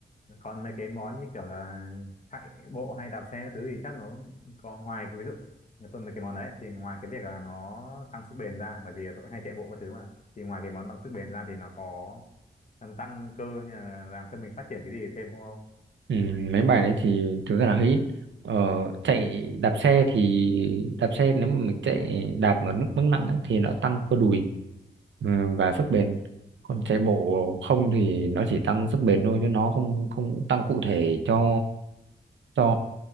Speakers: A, on the left; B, on the right.
A: còn mấy cái món như kiểu là chạy bộ hay đạp xe các thứ thì chắc nó cũng có ngoài cái ví dụ người tôi mấy cái món đấy thì ngoài cái việc là nó tăng sức bền ra bởi vì tôi hay chạy bộ các thứ mà thì ngoài cái món tăng sức bền ra thì nó có làm tăng cơ hay là làm cho mình phát triển cái gì thêm không không
B: ừ, mấy bài đấy thì thực ra là hơi ít ờ, chạy đạp xe thì đạp xe nếu mà mình chạy đạp ở mức mức nặng ấy, thì nó tăng cơ đùi ừ, và sức bền còn chạy bộ không thì nó chỉ tăng sức bền thôi chứ nó không không tăng cụ thể cho cho